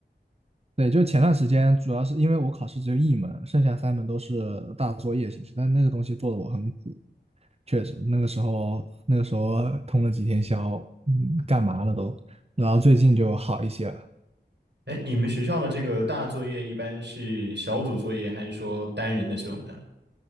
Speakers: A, on the right; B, on the right.
A: 对，就是前段时间，主要是因为我考试只有一门，剩下三门都是大作业形式，但那个东西做的我很苦，确实，那个时候那个时候通了几天宵，嗯，干嘛了都，然后最近就好一些了，
B: 哎，你们学校的这个大作业一般是小组作业，还是说单人的这种的？